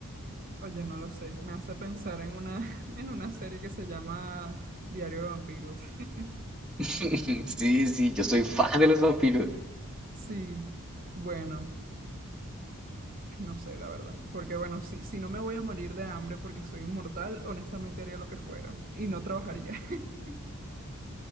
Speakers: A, on the right; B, in the centre.
A: oye, no lo sé. Me hace pensar en una, <laughs> en una serie que se llama Diario de Vampiros. <laughs>
B: <laughs> Sí, sí, yo soy fan de los vampiros.
A: Sí, bueno. No sé, la verdad. Porque bueno, si, si no me voy a morir de hambre porque soy inmortal, honestamente haría lo que fuera y no trabajaría. <laughs>